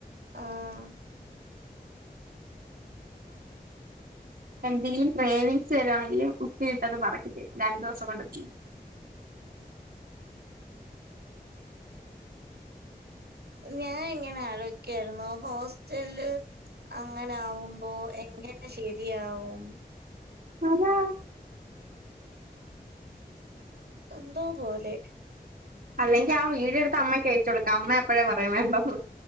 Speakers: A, on the right; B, on the right.
A: ആഹ്
B: എന്തെങ്കിലും ക്രേവിങ്സ് വരിവാണെങ്കിൽ ഉപ്പിലിട്ട്ത് പെറക്കി തരും രണ്ടു ദിവസം കൊണ്ട് തീരും
A: ഞാൻ ഇങ്ങനെ ആലോചിക്കാരുന്നു ഹോസ്റ്റല് ആ അങ്ങനാവുമ്പോ എങ്ങനെ ശെരിയാവും
B: അതാ
A: എന്തോ പോലെ
B: അല്ലെങ്കി ആ വീഡിയോ എടുത്ത് അമ്മക്ക് അയച്ച് കൊടുക്കാം അമ്മ അപ്പോഴേ പറയും വേണ്ടന്ന്